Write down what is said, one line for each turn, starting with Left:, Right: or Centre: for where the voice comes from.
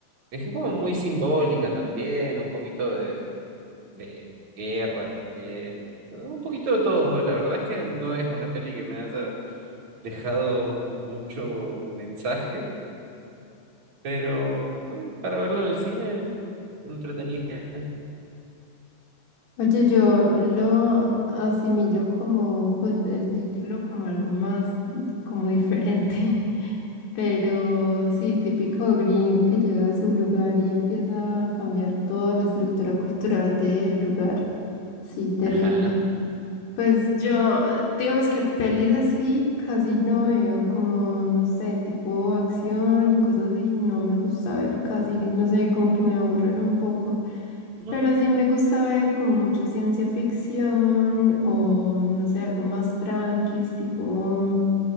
Right: Es como muy simbólica también, un poquito de de guerra también, un poquito de todo. La verdad es que no es una peli que me haya dejado mucho mensaje, pero bueno, para verlo en el cine, entretenida.
Left: Oye, yo lo asimilo como, pues, el título como algo más, como diferente, <laughs> pero sí, típico gringo que llega a su lugar y empieza a cambiar toda la estructura cultural del lugar. Sí, terrible.
Right: Ajá.
Left: Pues yo, digamos que pelis así casi no veo, como no sé, tipo acción y cosas así, no me gusta ver casi, no sé, como que me aburren un poco.
Right: Ujú.
Left: Pero sí me gusta ver como mucha ciencia ficción o no sé, algo más tranqui, tipo